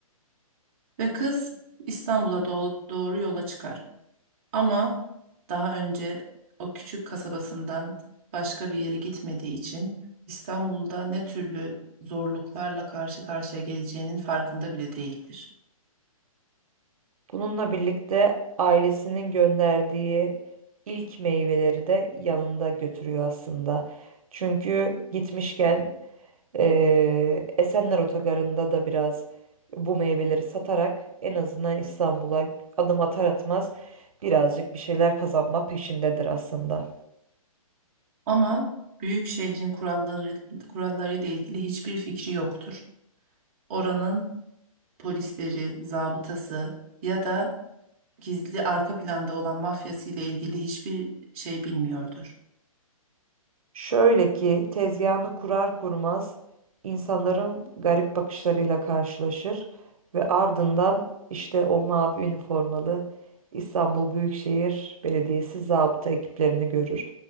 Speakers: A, on the right (about 20°); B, on the right (about 70°).
A: Ve kız İstanbul'a doğru, doğru yola çıkar. Ama daha önce o küçük kasabasından başka bir yere gitmediği için İstanbul'da ne türlü zorluklarla karşı karşıya geleceğinin farkında bile değildir.
B: Bununla birlikte ailesinin gönderdiği ilk meyveleri de yanında götürüyor aslında. Çünkü gitmişken eee, Esenler Otogarı'nda da biraz bu meyveleri satarak en azından İstanbul'a adım atar atmaz birazcık bir şeyler kazanma peşindedir aslında.
A: Ama büyük şehrin kuralları kurallarıyla ilgili hiçbir fikri yoktur. Oranın polisleri, zabıtası ya da gizli arka planda olan mafyası ile ilgili hiçbir şey bilmiyordur.
B: Şöyle ki tezgahını kurar kurmaz insanların garip bakışlarıyla karşılaşır ve ardından işte o mavi üniformalı İstanbul Büyükşehir Belediyesi zabıta ekiplerini görür.